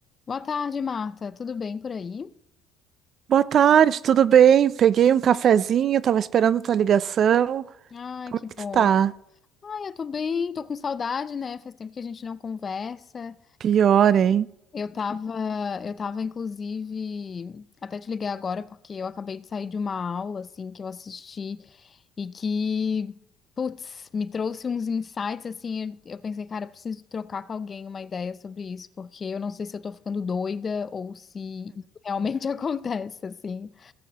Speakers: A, on the left; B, on the right.
A: Boa tarde, Marta. Tudo bem por aí?
B: Boa tarde, tudo bem? Peguei um cafezinho, tava esperando tua ligação.
A: Ai,
B: Como
A: que
B: é
A: bom.
B: que tu tá?
A: Ai, eu tô bem, tô com saudade, né? Faz tempo que a gente não conversa.
B: Pior, hein?
A: Eu tava, eu tava, inclusive, até te liguei agora porque eu acabei de sair de uma aula, assim, que eu assisti e que, putz, me trouxe uns insights, assim, eu, eu pensei, cara, eu preciso trocar com alguém uma ideia sobre isso, porque eu não sei se eu tô ficando doida ou se isso realmente <laughs> acontece, assim.